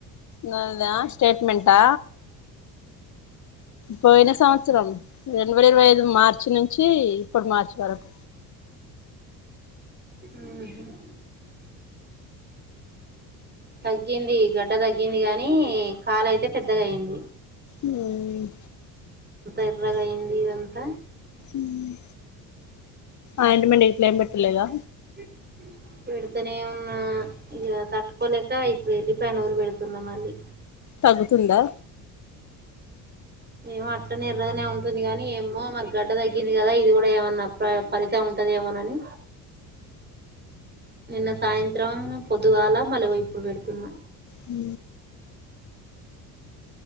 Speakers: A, on the left; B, on the right.
A: నాదా స్టేట్మెంటా పోయిన సమ త్సరం రెండు వేల ఇరవై ఐదు మార్చి నుంచి ఇప్పుడు మార్చి వరకు
B: మ్మ్ హ్మ్ తగ్గింది ఈగ ట్ట తగ్గింది గాని కాలు అయితే పెద్దగయింది
A: మ్మ్
B: ఎర్రగయింది ఇదంతా
A: మ్మ్ ఆయింట్మెంట్ ఇట్లేం పెట్టలేదా
B: అ <inaudible> పెడతనే ఉన్నా ఇగా తట్టుకోలేక ఇప్పుడు ఎల్లిపాయ నూరి పెడుతున్నా మళ్ళీ
A: తగ్గుతుందా
B: ఏమో అట్నే ఎర్రగానే ఉంటుంది కాగానీ ఏమో మరి గడ్డ తగ్గింది కదా ఇది కూడా ఏమన్నా ప్రర్ ఫలితం ఉంటదేమోనని నిన్న సాయంత్రం పొద్దుగాల మళ్ళీ ఇప్పుడు పెడుతున్నా
A: హ